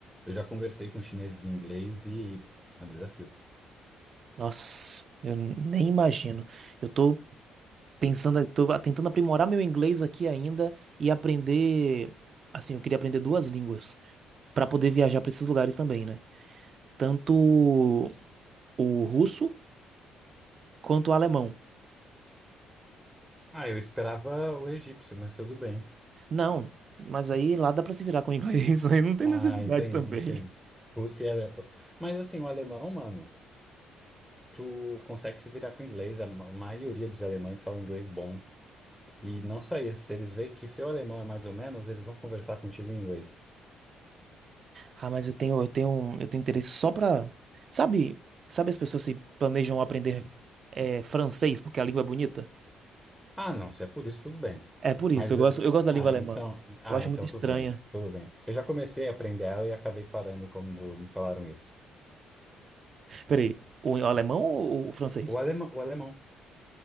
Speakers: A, in the centre; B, on the right.
A: Eu já conversei com chineses em inglês e é um desafio.
B: Nossa, eu nem imagino. Eu tô pensando, tô tentando aprimorar meu inglês aqui ainda e aprender, assim, eu queria aprender duas línguas para poder viajar para esses lugares também, né? Tanto o russo quanto o alemão.
A: Ah, eu esperava o egípcio, mas tudo bem.
B: Não, mas aí lá dá para se virar com o inglês, <laughs> aí não tem
A: Ah,
B: necessidade
A: entendi,
B: também.
A: entendi. Você é alemão. Mas assim, o alemão, mano, tu consegue se virar com o inglês. A ma- maioria dos alemães fala inglês bom. E não só isso, se eles veem que o seu alemão é mais ou menos, eles vão conversar contigo em inglês.
B: Ah, mas eu tenho, eu tenho, eu tenho interesse só pra. Sabe, sabe as pessoas se planejam aprender é, francês porque a língua é bonita?
A: Ah, não, se é por isso, tudo bem.
B: É por
A: Mas,
B: isso, eu
A: eh,
B: gosto, eu gosto da
A: ah,
B: língua alemã.
A: então, ah,
B: Eu acho
A: então
B: muito estranha.
A: tudo bem, tudo bem. Eu já comecei a aprender ela e acabei parando quando me falaram isso.
B: Peraí, o alemão ou o francês?
A: O alemão, o alemão